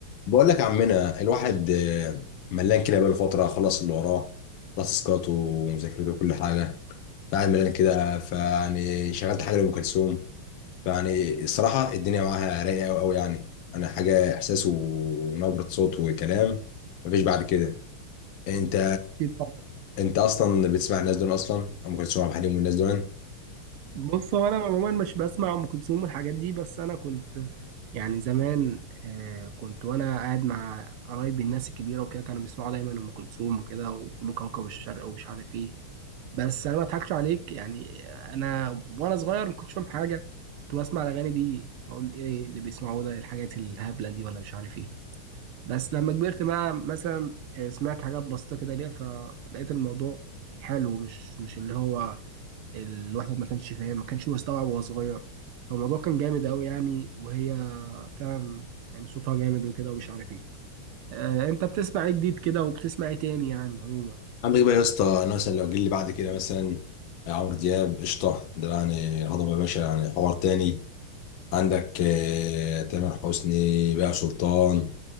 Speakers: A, on the left; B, on the right.
A: بقول لك يا عمنا الواحد آه، ملان كده بقاله فترة خلص اللي وراه خلص تاسكاته ومذاكرته وكل حاجة فقاعد ملان كده فيعني شغلت حاجة لأم كلثوم فيعني الصراحة الدنيا معاها رايقة أوي أوي يعني أنا حاجة إحساس ونبرة صوت وكلام مفيش بعد كده أنت
B: أكيد طبعا
A: أنت أصلا بتسمع الناس دول أصلا أم كلثوم عبد الحليم والناس دول
B: بص هو أنا عموما مش بسمع أم كلثوم والحاجات دي بس أنا كنت يعني زمان آه كنت وأنا قاعد مع قرايبي الناس الكبيرة وكده كانوا بيسمعوا دايما أم كلثوم وكده ويقولوا كوكب الشرق ومش عارف إيه بس أنا ما أضحكش عليك يعني أنا وأنا صغير ما كنتش فاهم حاجة كنت بسمع الأغاني دي بقول إيه اللي بيسمعوه ده الحاجات الهبلة دي ولا مش عارف إيه بس لما كبرت بقى مثلا آه، سمعت حاجات بسيطة كده ليها ف- فلقيت الموضوع حلو مش مش اللي هو الواحد ما كانش فاهم ما كانش مستوعب وهو صغير فالموضوع كان جامد قوي يعني وهي فعلا يعني صوتها جامد وكده ومش عارف ايه آه انت بتسمع ايه جديد كده وبتسمع ايه تاني يعني عموما
A: عندك بقى يا اسطى أنا مثلا لو جيلي بعد كده مثلا عمرو دياب قشطة ده يعني هضبة يا باشا يعني حوار تاني عندك آه، تامر حسني بقى سلطان